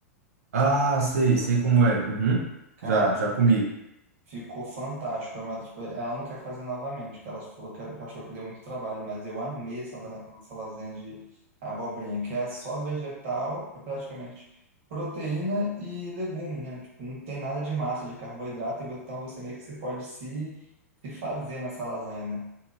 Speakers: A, on the right; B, on the right.
A: Ah, sei, sei como é. Uhum.
B: Cara,
A: Já, já comi.
B: Ficou fantástico, é uma- tipo, ela não quer fazer novamente, porque ela falou que achou que deu muito trabalho, mas eu amei essa, la- essa lasanha de abobrinha, que é só vegetal, é praticamente proteína e legume, né? Tipo, não tem nada de massa, de carboidrato, e vo- então você meio que se pode se, se fazer nessa lasanha, né?